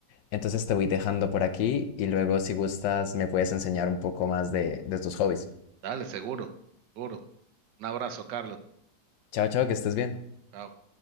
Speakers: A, on the left; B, on the right.
A: Entonces te voy dejando por aquí y luego si gustas me puedes enseñar un poco más de, de tus hobbies.
B: Dale, seguro, seguro. Un abrazo, Carlos.
A: Chao, chao, que estés bien.
B: Chao.